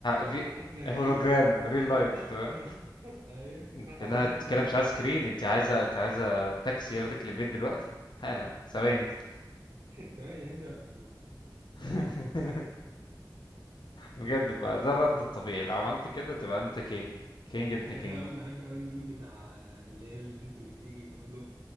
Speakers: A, on the left (about 75°); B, on the right (about 70°).
A: في
B: احنا جايين
A: هولوجرام
B: <laughs>
A: ريل لايف تمام
B: ايوه
A: أنت
B: اه
A: لا
B: دي
A: أنت
B: التكنولوجي
A: كده مش عايز سكرين
B: دي
A: أنت عايزة أنت عايزة تاكسي ياخدك للبيت دلوقتي حالا ثواني بس
B: ثواني هنزل اقفول
A: <laughs> بجد بقى ده الرد الطبيعي لو عملت كده تبقى أنت كينج كينج
B: بحب
A: ابن كينج
B: قوي بحب قوي الميم بتاع اللي هي البنت اللي بتيجي تقول له